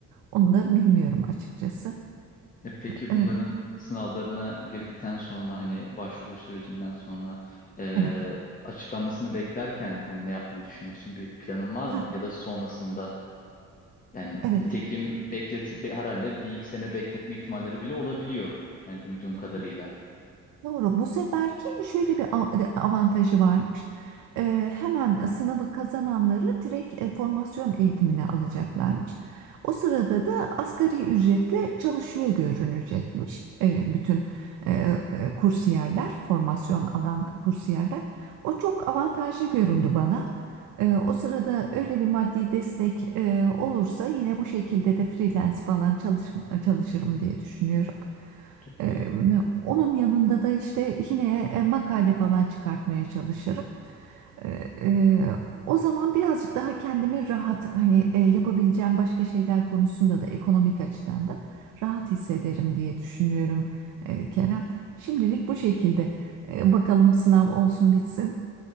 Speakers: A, on the right; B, on the left.
A: onu da bilmiyorum açıkçası.
B: E peki
A: E,
B: bunların sınavlarına girdikten sonra hani başvuru sürecinden sonra e,
A: evet.
B: açıklanmasını beklerken yani ne yapmayı düşünüyorsun? Bir planın var
A: Ha,
B: mı? Ya da sonrasında Yani
A: evet.
B: nitekim bekletil be- herhalde bir iki sene bekletme ihtimalleri bile olabiliyor. Yani duyduğum kadarıyla.
A: Evet. Doğru. Bu seferki şöyle bir av- avantajı varmış. Ee, hemen sınavı kazananları direkt e, formasyon eğitimine alacaklarmış. O sırada da asgari ücretle çalışıyor görünecekmiş e, bütün e, e, kursiyerler, formasyon alan kursiyerler. O çok avantajlı göründü bana. E, o sırada öyle bir maddi destek e, olursa yine bu şekilde de freelance falan çalışma- çalışırım diye düşünüyorum.
B: Çok
A: Ee, onun yanında da işte yine e, makale falan çıkartmaya çalışırım. Ee, e, o zaman birazcık daha kendimi rahat hani e, yapabileceğim başka şeyler konusunda da ekonomik açıdan da rahat hissederim diye düşünüyorum e, Kerem. Şimdilik bu şekilde. Ee, bakalım sınav olsun bitsin.